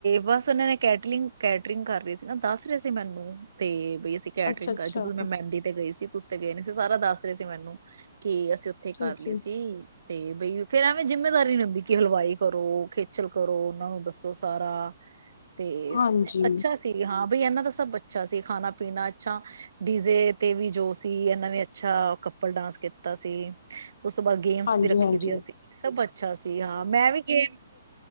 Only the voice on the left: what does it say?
ਅੱਛਾ ਅੱਛਾ
ਠੀਕ
ਠੀਕ
ਹਾਂਜੀ
ਹਾਂਜੀ
ਹਾਂਜੀ